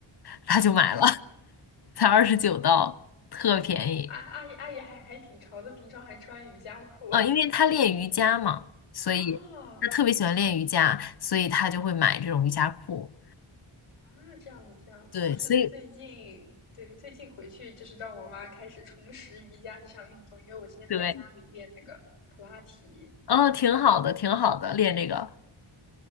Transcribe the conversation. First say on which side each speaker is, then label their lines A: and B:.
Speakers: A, on the left (about 50°); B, on the left (about 85°).
A: 她就买了，
B: 妈呀，
A: <laughs> 才二十九刀，特便宜。
B: 阿阿姨阿姨还还挺潮的，平常还穿瑜伽裤
A: 嗯，因为她练瑜伽嘛，
B: <laughs>
A: 所以她特别喜欢练瑜伽，
B: 哦
A: 所以她就会买这种瑜伽裤。
B: 啊，这样子这样子。
A: 对，
B: 我是最近对最近回去就是让我妈开始重拾瑜伽这项运动，
A: 所以
B: 因为我之前在家里练那个普拉提，
A: 对，哦，挺好的，挺好的，练这个，